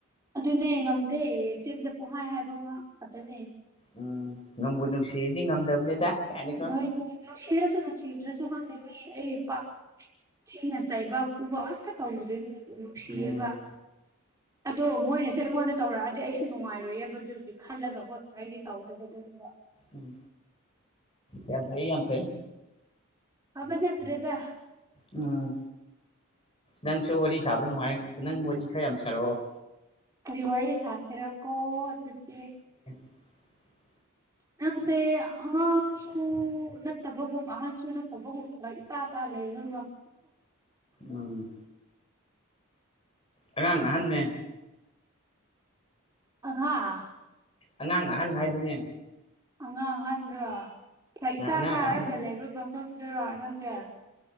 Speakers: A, on the right; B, on the left.
A: ꯑꯗꯨꯅꯦ ꯉꯝꯗꯦ ꯆꯤꯟꯗ ꯄꯩꯛꯍꯥꯏ ꯍꯥꯏꯕ ꯉꯥꯛ ꯈꯥꯛꯇꯅꯦ
B: ꯎꯝ ꯅꯪꯕꯨ ꯅꯨꯡꯁꯤꯗꯤ ꯉꯝꯗꯕꯅꯦꯗ ꯀꯥꯏꯅꯀꯣ
A: ꯍꯣꯏ ꯅꯨꯡꯁꯤꯔꯁꯨ ꯅꯨꯡꯁꯤꯗꯔꯁꯨ ꯈꯪꯗꯦ ꯃꯤꯑꯩ ꯄꯥꯛ ꯊꯤꯅ ꯆꯩꯥꯕ ꯄꯨꯕ ꯑꯝꯇ ꯇꯧꯗ꯭ꯔꯤꯅ ꯅꯨꯡꯁꯤꯌꯦꯕ
B: ꯎꯝ
A: ꯑꯗꯣ ꯃꯣꯏꯅꯁꯨ ꯑꯩꯉꯣꯟꯗ ꯇꯧꯔꯛꯑꯗꯤ ꯑꯩꯁꯨ ꯅꯨꯡꯉꯥꯏꯑꯦꯕ ꯑꯗꯨꯗꯤ ꯈꯜꯂꯒ ꯄꯣꯠꯇ ꯑꯩꯗꯤ ꯇꯧꯗꯕ ꯑꯗꯨꯒꯨꯝꯕ
B: ꯎꯝ ꯌꯥꯝ ꯐꯩ ꯌꯥꯝ ꯐꯩ
A: ꯐꯕꯅ ꯐꯔꯦꯗꯥ
B: ꯎꯝ ꯅꯪꯁꯨ ꯋꯥꯔꯤ ꯁꯥꯕ ꯅꯨꯡꯉꯥꯏ ꯅꯪ ꯋꯥꯔꯤ ꯈꯔ ꯌꯥꯝ ꯁꯥꯔꯛꯑꯣ
A: ꯀꯔꯤ ꯋꯥꯔꯤ ꯁꯁꯤꯔ ꯀꯣ ꯑꯗꯨꯗꯤ
B: <inaudible>
A: ꯅꯡꯁꯦ ꯑꯉꯥꯡ ꯁꯨ ꯅꯠꯇꯕꯒꯨꯝ ꯑꯍꯟꯁꯨ ꯅꯠꯇꯕꯒꯨꯝ ꯐꯕꯛ ꯏꯇꯥꯇꯥ ꯂꯩꯔ
B: ꯎꯝ ꯑꯉꯥꯡ ꯑꯍꯥꯟꯕꯅꯦ
A: ꯍꯥꯥ
B: ꯑꯉꯥꯡ ꯑꯍꯟ ꯍꯥꯏꯗꯨꯅꯦ
A: ꯑꯉꯥꯡ ꯑꯍꯟ ꯔꯣ ꯐꯔꯛ ꯏꯇꯥ
B: ꯑꯉꯥꯡ
A: ꯇꯥꯔꯒ
B: ꯑꯍꯟ
A: ꯂꯩ ꯅꯪꯖꯦ